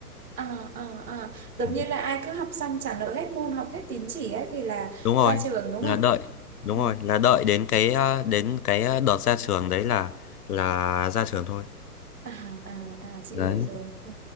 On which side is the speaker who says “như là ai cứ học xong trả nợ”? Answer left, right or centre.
Right